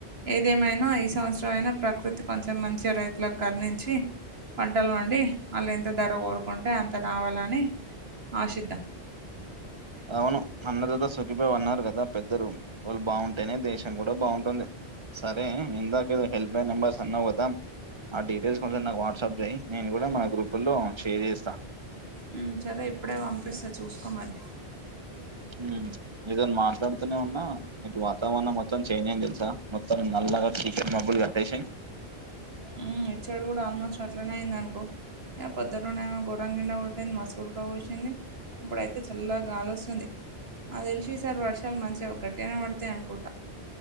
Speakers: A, on the right (about 65°); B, on the right (about 30°).
A: ఏదేమైనా ఈ సంవత్సరం అయినా ప్రకృతి కొంచెం మంచిగా రైతులకు కర్ణించి పంటలు పండి అలెంత ధర కోరుకుంటె అంత రావాలని ఆశీద్దాం
B: అవును అన్న ధాత సుఖిబావ అన్నారు కదా పెద్దలు వాళ్ళు బాగుంటేనే దేశం కూడా బాగుంటుంది సరే ఇందాకేదో హెల్ప్ నెంబర్స్ అన్నావు కదా ఆ డీటెయిల్స్ కొంచం నాకు వాట్సాప్ చేయి నేను కూడా నా గ్రూపులో షేర్ చేస్
A: హ్మ్ సరే ఇప్పుడే పంపిస్తా చూసుకో మరి
B: ఉమ్, నీతో మాట్లాడుతూనే ఉన్నా ఇటు వాతావరణం మొత్తం చేంజ్ అయింది తెలుసా మొత్తం నల్లగా చీకటి మాబులు కప్పేసి
A: ఆ ఇట్సైడ్ కూడా ఆల్మోస్ట్ అట్లనే అయిందానుకో ఆ పొద్దునుండేమో గోరంగాయండా కొట్టింది మస్తు ఉడకపోసింది ఇప్పుడయితే చల్లగా గాలోస్తుంది నాక్తెల్సి ఈసారి వర్షాలు మంచిగా గట్టిగానే పడతాయి అనుకుంటా